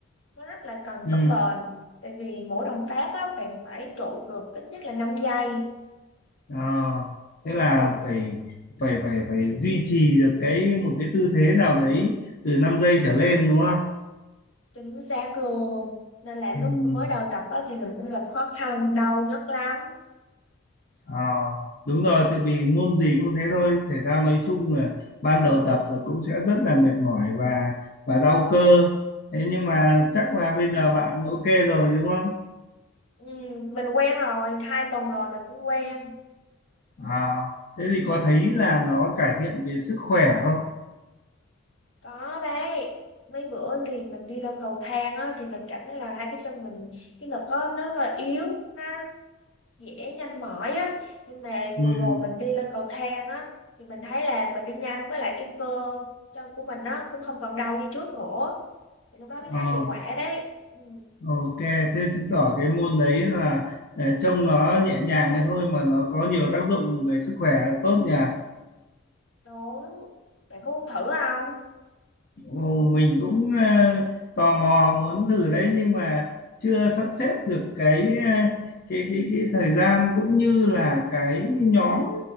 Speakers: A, on the left; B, on the left.
A: nó rất là cần sức
B: ừ.
A: bền tại vì mỗi động tác á bạn phải trụ được ít nhất là năm giây
B: Ờ, thế là
A: ừ
B: phải phải phải phải duy trì được cái một cái tư thế nào đấy từ 5 giây trở lên đúng không?
A: chính xác luôn nên là lúc
B: Ừm,
A: mới đầu tập á thì mình cũng gặp khó khăn đau nhất lắm
B: ờ, đúng rồi, tại vì môn gì cũng thế thôi, thể thao nói chung là ban đầu tập là cũng sẽ rất là mệt mỏi và và đau cơ. Thế nhưng mà
A: ừ,
B: chắc là bây giờ bạn ok rồi đúng không?
A: ừ, mình quen rồi hai tuần rồi mình cũng quen
B: À, thế thì có thấy là nó cải thiện về sức khỏe không?
A: có đấy mấy bữa thì mình đi lên cầu thang á thì mình cảm thấy là hai cái chân mình cái lực á nó rất là yếu nó dễ nhanh mỏi á nhưng mà
B: Ừm,
A: vừa rồi mình đi lên cầu thang á thì mình thấy là mình đi nhanh với lại cái cơ chân của mình nó cũng không còn đau như trước nữa thì lúc đó mới
B: ờ.
A: thấy hiệu quả đấy ừ,
B: Ok, thế chứng tỏ cái môn đấy là ờ, trông nó nhẹ nhàng thế thôi mà nó có nhiều tác dụng về sức khỏe tốt nhỉ.
A: đúng bạn có muốn thử không
B: Ồ, Mình cũng ờ, tò mò muốn thử đấy nhưng mà chưa sắp xếp được cái ờ, cái cái cái thời gian cũng như là cái nhóm